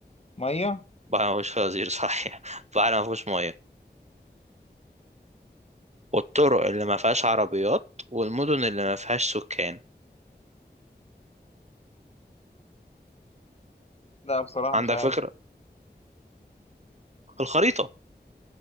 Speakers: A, on the left; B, on the right.
A: مية
B: بحر ما فيهوش فوازير صحيح <laughs> بحر ما فيهوش مية والطرق اللي ما فيهاش عربيات والمدن اللي ما فيهاش سكان
A: لا بصراحة
B: عندك
A: مش عارف
B: فكرة الخريطة